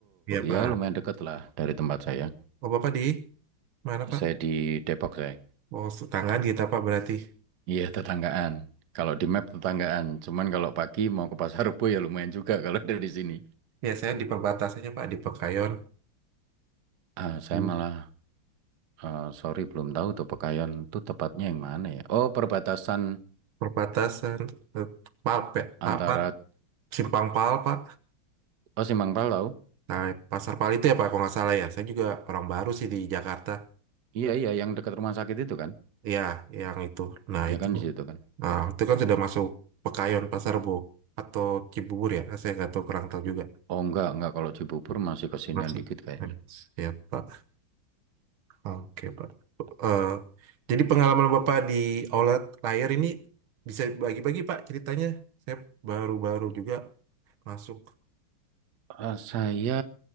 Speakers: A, on the right; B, on the right.
A: Iya Pak.
B: Ya lumayan deket lah dari tempat saya.
A: Oh Bapak di mana Pak?
B: Saya di Depok saya.
A: Oh, tetanggaan kita Pak berarti.
B: Iya tetanggaan. Kalau di map tetanggaan. Cuman kalau pagi mau ke Pasar Rebo ya lumayan juga kalau <laughs> dari sini.
A: Ya, saya di perbatasannya, Pak, di Pekayon.
B: Ah, saya
A: Di
B: malah Eh, sorry belum tahu tuh Pekayon tuh tepatnya yang mana ya? Oh perbatasan
A: perbatasan eh, Palpe,
B: antara
A: apa? Simpang Pal, Pak.
B: Oh Simangpal tahu?
A: Nah, Pasar Pal itu ya, Pak, kalau nggak salah ya. Saya juga orang baru sih di Jakarta.
B: Iya iya yang dekat rumah sakit itu kan?
A: Ya, yang itu. Nah,
B: Iya
A: itu.
B: kan di situ kan?
A: Nah, itu kan sudah masuk Pekayon, Pasar Bo. Atau Cibubur ya. Saya nggak tahu, kurang tahu juga.
B: Oh enggak enggak kalau Cibubur masih kesinian
A: Masih.
B: dikit kayaknya.
A: Eh, Siap, Pak. Oke, Pak. Eh, jadi pengalaman Bapak di Oulet Layar ini bisa bagi-bagi, Pak, ceritanya. Saya baru-baru juga masuk
B: Eh, saya